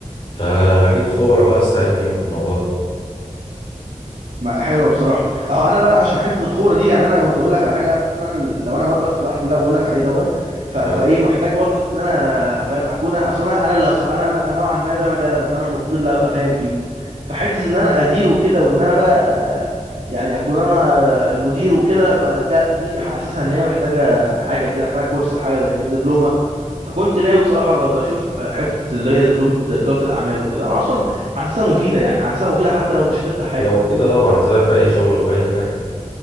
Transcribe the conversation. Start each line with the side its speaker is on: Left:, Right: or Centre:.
Left: فهجيب خبرة بقى استعين بيهم في الموضوع ده
Right: ما- حلوه بصراحه اهو انا بقى عشان حته الخبره دي يعني انا كنت اقول لك على حاجه انا ال- لو انا برضك فتحت اللي أنا بقول لك عليه دون ف-
Left: يعني
Right: فايه محتاج برضك ان انا فاهم اكون اصلا انا أنا اللي هص- انا اللي- نوعا ما ده مجالنا فانا المفروض اللي ابقى فاهم فيه فحته ان انا ادير وكده وان انا بقى يعني اكون انا المدير وكده فده دي حاسسها ان هي محتاجه حاجه كده محتاجه كورس حاجه زي كده دبلومه فكنت ناوي بصراحه ب- بشوف حته اللي هي دبلومه اداره الاعمال وكده انا اصلا حاسسها مفيده يعني حاسسها مفيده حتى لو مش هتفتح حاجه
Left: هي مفيدة طبعا هتفيدك في أي شغل وفي أي حاجة